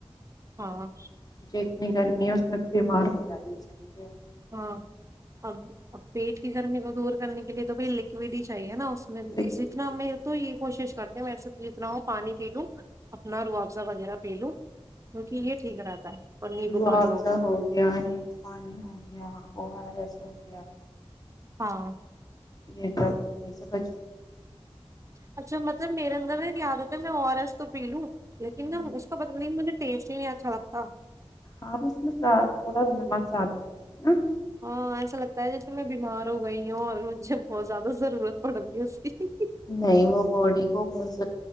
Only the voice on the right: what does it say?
ہاں
ہاں اب اب پیٹ کی گرمی کو دور کرنے لی تو بائی لکوڈ ہی چاہیے نا اس میں
جتنا میں تو ہی کوشش کرتے ہ ویسے تو جتنا ہو پانی پی لوں اپنا روح افزہ وغیرہ پی لوں کیونکہ
یہ ٹھیک رہتا ہے اور نیبو
پانی
ہاں
اچھا مطلب میرے اندر ن یادتا ہے میں اور ایس تو پی لوں لیکن
اس کا پت نہیں مجھے ٹیسٹ ہی نہیں آتا چھڑتا <unintelligible>
ہاں ایسا لگتا ہے جیسے میں بیمار ہو گئی ہوں اور مجھے بہت زیادہ ضرورت پڑ رہی ہے اس کی